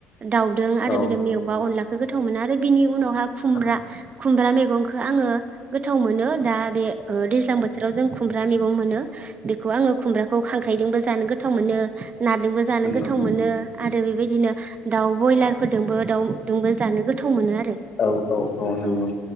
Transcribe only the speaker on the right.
दाउदों आरो
बिदों मेवा अनलाखौ गोथाव मोनो आरो बिनि उनाव <unintelligible> खुमब्रा
खुमब्रा मेगंखौ आङो गोथाव मोनो दा बे ओ दैज्लां बोथोराव जों खुमब्रा मेगं मोनो बेखौ आङो खुमब्राखौ खांख्रायदोंबो जानो गोथाव मोनो नाजोबो जानो
गोथाव
मोनो आरो बिबायदिनो दाव बयलार फोरदोंबो दाउदोंबो जानो गोथाव मोनो आरो
औ